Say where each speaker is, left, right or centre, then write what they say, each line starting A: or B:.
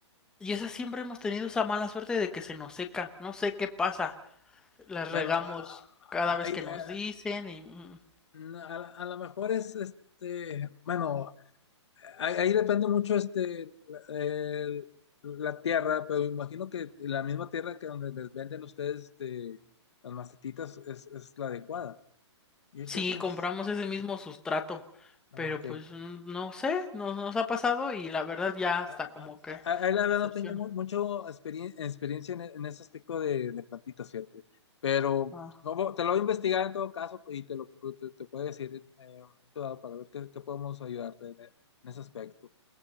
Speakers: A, in the centre; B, on the left (about 65°).
A: Y esa siempre hemos tenido esa mala suerte de que se nos secan. No sé qué pasa. Las
B: Bueno,
A: regamos
B: a,
A: cada
B: a-
A: vez
B: ahí,
A: que nos
B: a-
A: dicen y... mm.
B: a- a lo mejor es este, bueno, ahí, ahí depende mucho este la, el- la tierra, pero me imagino que la misma tierra que donde les venden ustedes este, las macetitas es, es la adecuada. Yo, yo
A: Sí,
B: pues,
A: compramos ese mismo sustrato,
B: ah,
A: pero
B: ok.
A: pues mm, no sé, nos, nos ha pasado y la verdad ya está
B: A-
A: como que
B: a- a- a- la verdad
A: decepciona.
B: no tengo mu- mucho experien- experiencia en, e- en ese aspecto de, de plantitas, fíjate. Pero
A: Ah,
B: como- te lo voy a investigar en todo caso y te lo te, te puedo decir eh, en un momento dado para ver qué, qué podemos ayudarte en, e- en ese aspecto.